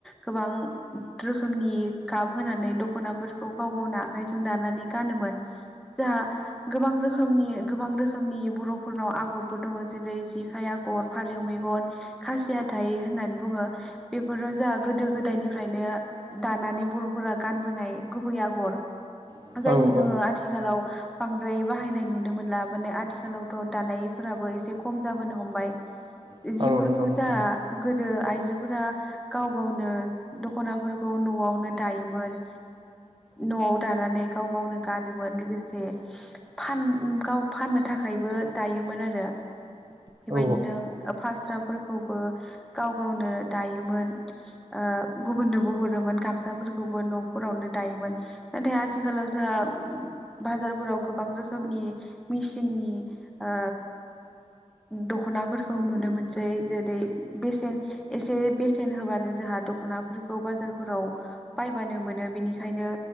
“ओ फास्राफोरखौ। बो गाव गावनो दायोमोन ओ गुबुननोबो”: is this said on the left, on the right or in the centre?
Centre